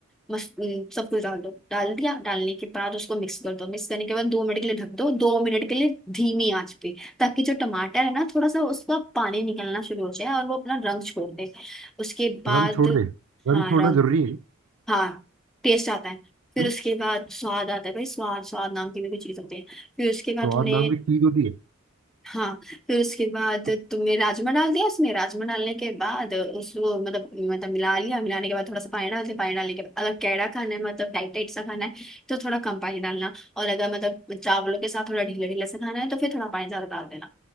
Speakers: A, in the centre; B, on the right.
A: मस, न, सब कुछ डाल दो डाल दिया डालने के बाद उसको मिक्स कर दो मिक्स करने के बाद दो मिनट के लिए ढक दो दो मिनट के लिए धीमी आंच पे ताकि जो टमाटर है ना थोड़ा सा उसका पानी निकलना शुरू हो जाए और वो अपना रंग छोड़ दे उसके बाद
B: रंग छोड़ दे रंग
A: हाँ
B: छोड़ना
A: रंग
B: जरूरी है
A: हाँ टेस्ट आता है फिर
B: क्यों
A: उसके बाद स्वाद आता है भाई स्वाद स्वाद नाम की भी कोई चीज होती है फिर उसके बाद
B: स्वाद
A: तुमने
B: नाम की चीज होती है
A: हाँ फिर उसके बाद
B: तो
A: तुमने राजमा डाल दिया उसमें राजमा डालने के बाद उसको मतलब मतलब मिला लिया मिलाने के बाद थोड़ा सा पानी डाल दिया पानी डालने के बाद अगर कैड़ा खाना है मतलब टाइट टाइट सा खाना है तो थोड़ा कम पानी डालना और अगर मतलब चावलों के साथ थोड़ा ढीला ढीला सा खाना है तो फिर थोड़ा पानी ज्यादा डाल देना